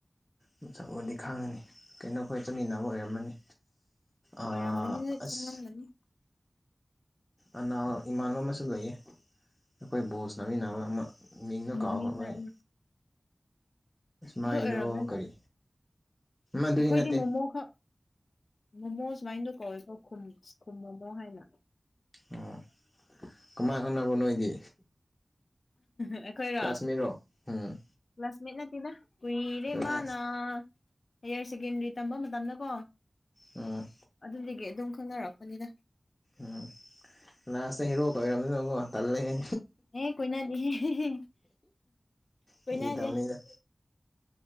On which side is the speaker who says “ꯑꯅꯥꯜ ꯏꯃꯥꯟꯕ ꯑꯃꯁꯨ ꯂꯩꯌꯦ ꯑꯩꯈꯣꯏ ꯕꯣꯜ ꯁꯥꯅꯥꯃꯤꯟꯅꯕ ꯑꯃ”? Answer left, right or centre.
Left